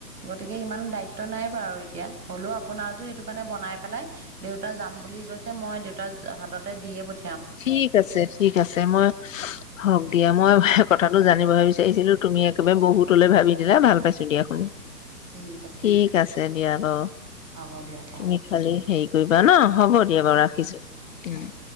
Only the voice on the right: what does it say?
গতিকে ইমান দায়িত্ব নাই বাৰু এতিয়া হলেও আপোনা যো সেইটো কাৰণে বনাই পেলাই দেউতা যাম বুলি কৈছে মই দেউতা হাততে দিয়ে পত
ঠিক আছে
হ'ব দিয়ক অ
অ